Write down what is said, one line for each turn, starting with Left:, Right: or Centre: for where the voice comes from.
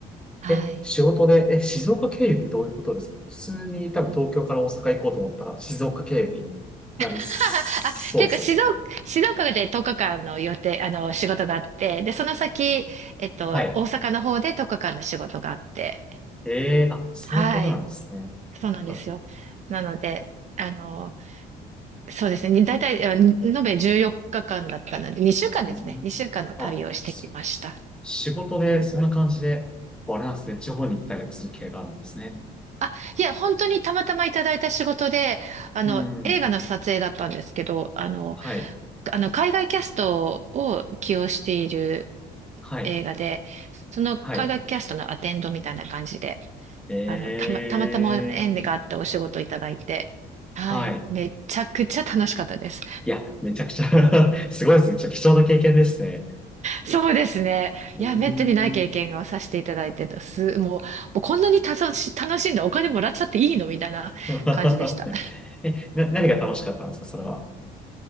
Right: はい。
Centre: え、仕事で、え、静岡経由ってどういうことですか普通に多分東京から大阪行こうと思ったら静岡経由になりそうです。
Right: <laughs> あ、っていうか、静岡、静岡で10日間の予定、あの、仕事があって、で、その先、えっと、
Centre: はい。
Right: 大阪の方で10日間の仕事があって、
Centre: えーあ、そういうことなんですね。
Right: はい。そうなんですよ。
Centre: う
Right: なので、あの、そうですね。大体、あ延べ14日間だったので、2週間ですね。
Centre: ん、
Right: 2週間の旅をしてきました。
Centre: あ、そうです仕事でそんな感じで、こうあれなんですね。地方に行ったりもする系があるんですね。
Right: あ、いや、本当にたまたまいただいた仕事で、あの、
Centre: うん。
Right: 映画の撮影だったんですけど、あの、
Centre: はい。
Right: あの、海外キャストを起用している
Centre: はい。
Right: 映画で、その海外キャストのアテンドみたいな感じで、
Centre: はい。ええ
Right: あの、たま、たまたま縁があってお仕事いただいて、はい、
Centre: はい。
Right: めちゃくちゃ楽しかったです。
Centre: いや、めちゃくちゃ <laughs> すごいですね。ちょっと貴重な経験ですね。
Right: そうですね。
Centre: うーん。
Right: いや、めったにない経験をさせていただいてたす。もう、もうこんなに楽し、楽しんでお金もらっちゃっていいのみたいな感じでした。
Centre: <laughs> え、な、何が楽しかったんですか、それは。